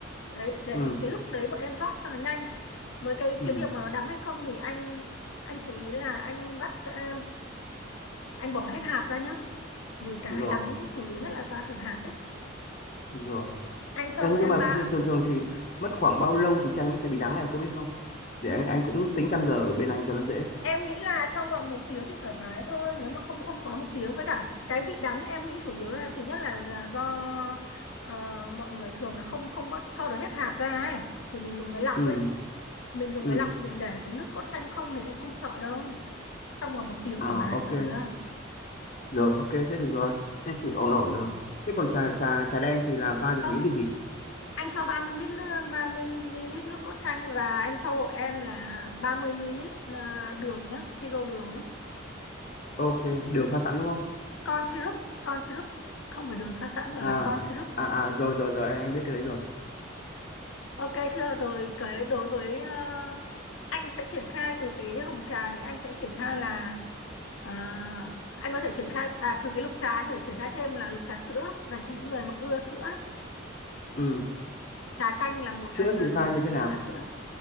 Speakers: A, on the left; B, on the left.
A: đấy để
B: ừ
A: đến cái lúc đấy bọn em rót cho nó nhanh với cái
B: ừ
A: cái việc mà nó đắng hay không thì anh anh chú ý là anh vắt cho em anh bỏ hết hạt ra nhá vì cái
B: rồi
A: đắng chủ yếu nhất là ra từ hạt đấy
B: rồi
A: anh cho
B: Ê,
A: hộ
B: nhưng
A: em
B: mà
A: ba
B: thường thường thường thì mất khoảng bao lâu thì chanh nó sẽ bị đắng em có biết không để anh anh cũng tính căn giờ ở bên anh cho nó dễ
A: em nghĩ là trong vòng một tiếng thì thoải mái thôi nếu mà không không quá một tiếng với cả cái vị đắng em nghĩ chủ yếu là thứ nhất là là do ờ, mọi người thường là không không vắt cho được hết hạt ra ấy thì mình dùng cái lọc
B: ừ
A: ấy mình dùng
B: ừ
A: cái lọc mình để cái nước cốt chanh không thì anh không sợ đâu trong vòng một tiếng
B: à
A: thoải mái
B: ok
A: mà
B: rồi ok thế được rồi thế thì ổn ổn rồi thế còn trà trà trà đen thì là pha được
A: không
B: những cái gì
A: anh cho 30 ml nước- 30 ml nước cốt chanh và anh cho hộ em là 30 ml ờ, đường nhé siro đường ấy
B: ok đường pha sẵn đúng không
A: con syrup con syrup không phải đường pha sẵn mà
B: à
A: là con syrup
B: à à rồi rồi rồi anh em biết cái đấy rồi
A: ok chưa rồi cái đối với ờ, anh sẽ triển khai từ cái hồng trà đấy anh sẽ triển khai là ờ, anh có thể triển khai à từ cái lục trà anh có thể triển khai thêm là lục trà sữa dành cho những người mà ưa sữa ấy.
B: ừ
A: trà chanh là một
B: sữa
A: này và
B: thì
A: lục
B: pha như thế
A: lục
B: nào
A: trà sữa